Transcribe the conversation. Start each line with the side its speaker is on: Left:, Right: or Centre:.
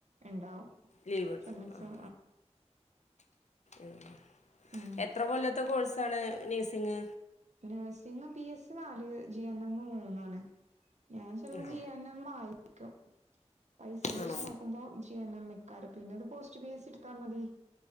Right: ഇണ്ടാവും.
Left: ലീവ്
Right: സെമ്മിക്സാ
Left: ആഹ് ഉം
Right: ഉം
Left: എത്ര കൊല്ലത്തെ കോഴ്സാണ് നഴ്സിങ്?
Right: നഴ്സിങ് ബി എസ് നാല് ജി എൻ എം മൂന്നാണ് ഞാൻ ചിലപ്പോ
Left: ആ
Right: ജി എൻ എം ആയിരിക്കും പൈസന്റെ
Left: ആണോ
Right: ഇഷ്യു നോക്കുമ്പോ ജ് എം എം എക്കാരം പിന്നെത് പോസ്റ്റ് ബി എസി ഇട്ത്താ മതി.